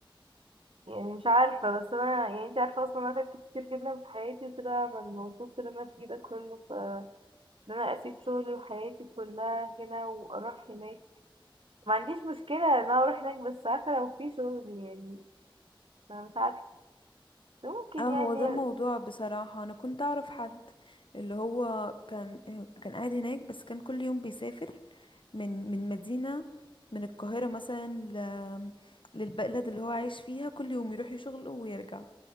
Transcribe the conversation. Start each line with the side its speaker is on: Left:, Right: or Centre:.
Right: يعني مش عارفة بس انا يعني انت عارفة اصلا انا تعبت كتير جدا في حياتي وكده ببقى مبسوط لما في ده كله ف ان انا اسيب شغلي وحياتي كلها هنا واروح هناك ما عنديش مشكلة ان انا اروح هناك بس عارفة لو في شغل يعني انا مش عارفة ممكن
Left: اه
Right: يعني
Left: هو ده موضوع بصراحة انا كنت اعرف حد اللي هو كان كان قاعد هناك بس كان كل يوم بيسافر من من مدينة من القاهرة مثلا ل... للبلد اللي هو عايش فيها كل يوم يروح يشغله ويرجع